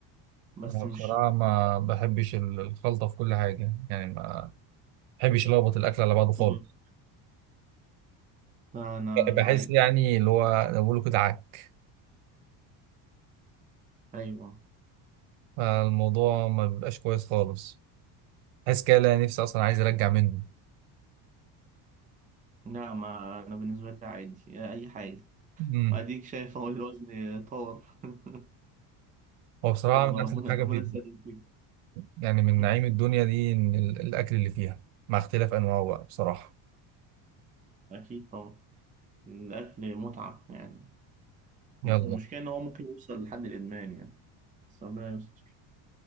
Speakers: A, on the right; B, on the right.
A: بس
B: أنا بصراحة
A: مش
B: ما بحبش ال- الخلطة في كل حاجة يعني ما بحبش ألخبط الأكل على بعضه خالص
A: مم. لا أنا
B: بحس
A: عادي
B: يعني اللي هو زي ما بيقولوا كده عك
A: أيوه
B: فالموضوع ما بيبقاش كويس خالص بحس كده لا نفسي أصلا عايز أرجع منه
A: لا ما أنا بالنسبة لي عادي أي حاجة
B: أمم.
A: وأديك شايف أهو الوزن طار <laughs>
B: هو بصراحة
A: يلا
B: من أحسن
A: ربنا
B: حاجة
A: ربنا
B: في
A: يسلمك فيك.
B: يعني من
A: <laughs>
B: نعيم الدنيا دي إن ال- الأكل اللي فيها مع اختلاف أنواعه بقى بصراحة
A: أكيد طبعا الأكل متعة يعني
B: يلا
A: المشكلة إن هو ممكن يوصل لحد الإدمان يعني بس ربنا يستر